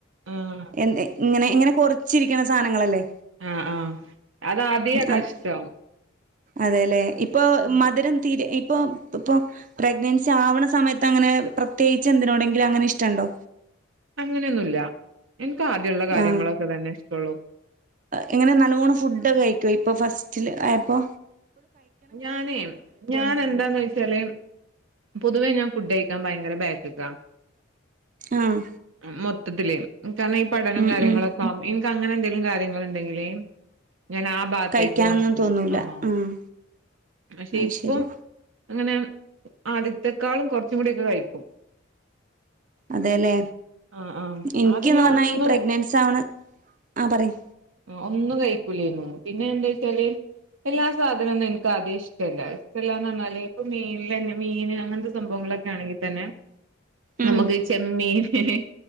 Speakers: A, on the right; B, on the right.
A: ആഹ്
B: എന്ത് എ ഇങ്ങനെ ഇങ്ങനെ കൊറ്ച്ചിരി രിക്കണസാധനങ്ങളല്ലേ
A: ആ ആ അതാ ആതി അതാ
B: അത്
A: ഇഷ്ടം
B: അതെല്ലേ ഇപ്പൊ
A: ഉം
B: മധ്‌രം തീരെ ഇപ്പൊ പ്പൊ പ്രഗ്നൻസി ആവ്ണ സമയത്തങ്ങനെ പ്രത്യേകിച്ച് എന്തിനോടെങ്കിലും അങ്ങനെ ഇഷ്ടണ്ടോ
A: അങ്ങനെയൊന്നുല്ല എനിക്ക് ആദ്യള്ള കാര്യങ്ങളൊക്കെ
B: ആ
A: തന്നെ ഇഷ്ടള്ളൂ
B: എങ്ങനെ നല്ലോണം ഫുഡാെക്കെകഴിക്കാേ ഇപ്പൊ ഫസ് റ്റില് ആയപ്പൊ
A: ഞാനേ ഞാൻ എന്താന്ന് വെച്ചാല് പൊതുവേ ഞാൻ ഫുഡ് കയ്ക്കാൻ ഭയങ്കര ബേക്ക്ക്കാ
B: ആഹ്
A: അ മൊത്തത്തില് കാരണം ഈ പഠനം
B: ഉം
A: കാര്യങ്ങളൊക്കാവും
B: ഉം
A: ൻക്ക് അങ്ങനെ എന്തെങ്കിലും കാര്യങ്ങള ഉണ്ടെങ്കില് ഉ ഞാൻ ആ ഭാഗത്തേക്ക്
B: കഴിക്കാനൊന്നും
A: കൊറ്ച്ച
B: തോന്നൂല
A: ആആ
B: ആഹ്
A: പക്ഷെ
B: അത്
A: ഇപ്പം
B: ശരി
A: അങ്ങനെ ആദ്യത്തെക്കാളും കൊർച്ചും കൂടി ഒക്കെ കഴിക്കും
B: അതേല്ലേ
A: ആഹ് ആഹ്
B: ൻക്ക്ന്ന്
A: ആദ്യം ഞാൻ
B: പറഞ്ഞാ
A: ഒന്നും
B: ഈ പ്രഗ്നൻസാവണ് ആ പറയ്
A: അ ഒന്നും കഴിക്കൂലേന്നു പിന്നെ എന്തെച്ചാല് എല്ലാ സാധനം ന്നെ ക്കാദ്യേ ഇഷ്ടല്ല ഇഷ്ടല്ലാന്ന്ർഞ്ഞാൽ ഏ ഇപ്പ മീൻലെന്നെ മീന് അങ്ങൻത്തെ സംഭവങ്ങളൊക്കെ ആണെങ്കി തന്നെ
B: ഉം
A: നമക്ക് ചെമ്മീൻ എ ഹേ